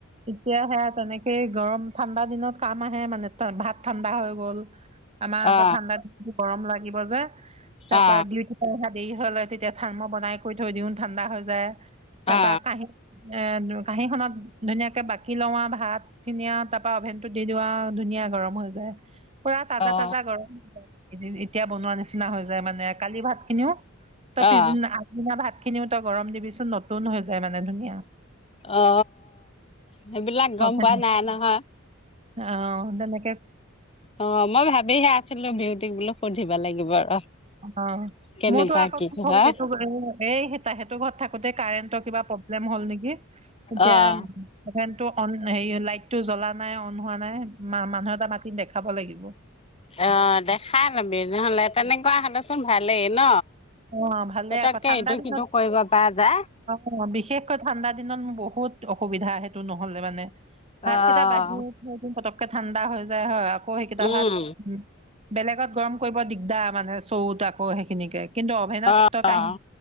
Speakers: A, on the right; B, on the left.
A: এতিয়া সেয়াত তেনেকেই গৰম-ঠাণ্ডা দিনত কাম আহে মানে ভাত ঠাণ্ডা হৈ গ'ল। আমাৰ আকৌ
B: অ
A: ঠাণ্ডা দিন গৰম লাগিব যে তাৰ
B: অ
A: পৰা দুই কোঠা সেয়াত দেৰি হলে তেতিয়া ভাত মই বনাই কৰি থৈ দিও ঠাণ্ডা হৈ যায় তাৰ
B: অ
A: পৰা কাঁহী এ কাঁহীখনত ধুনীয়াকে বাকি ল‌ওঁ আৰু ভাতখিনি আৰু তাৰপৰা অভেনটো দি আও ধুনীয়া গৰম হৈ যায়। <unintelligible> পুৰা তাজা
B: অ
A: তাজা গৰম হৈ যায় এদিন এতিয়া বনোৱা নিচিনা হৈ যায় মানে কালি ভাত খিনিও তই পিছদিনা-আগদিনা
B: অ অ
A: ভাতখিনিও তই গৰম দিবিচোন নতুন হৈ যায় মানে ধুনীয়া।
B: অ সেইবিলাক গম
A: অভেন
B: পোৱা নাই নহয়।
A: অ তেনেক-
B: অ মই মানে ভাবিহে আছিলো বিউটিক বোলো সুধিব লাগিব ৰ।
A: অ
B: কেনেকুৱা
A: মোৰতো আকৌ কি হ'ল
B: হয়।
A: এইটো এ এই তাহেতৰ ঘৰত থাকোতে কাৰেণ্টৰ কিবা প্ৰব্লেম হ'ল নেকি এতিয়া
B: অ',
A: ফেন টো অন হেৰি লাইটটো জ্বলা নাই অন হোৱা নাই মানুহ এটা মাতি দেখাব লাগিব।
B: অ দেখাই লবি নহলে তেনেকুৱা হলেচোন ভালেই ন
A: অ ভালে
B: পতককে
A: আকৌ ঠাণ্ডা
B: ইটো
A: দিনত
B: সিটো কৰিব পৰা যায়।
A: অ বিশেষকৈ ঠাণ্ডা দিনত মোৰ বহুত বহুত অসুবিধা সেইটো নহলে মানে ভাত
B: অ',
A: কেইটা বাঢ়ি পটক ঠাণ্ডা হৈ যায় হয়, আকৌ সেইকেইটা
B: উম,
A: ভাত বেলেগ আগত গৰম কৰিব দিগদাৰ মানে চৰুত আকৌ সেইখিনিকে কিন্তু অভেনত
B: অ',
A: তই কাঁহী